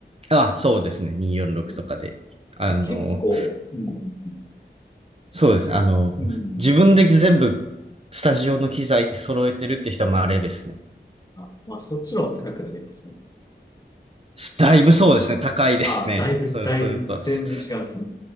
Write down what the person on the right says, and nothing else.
あ、そうですね。246とかで。
あの、
そうです。あの、
自分で全部スタジオの機材揃えてるって人はまああれですね。
<laughs> だいぶそうですね。高いですね。
そう
<laughs> すると。
そ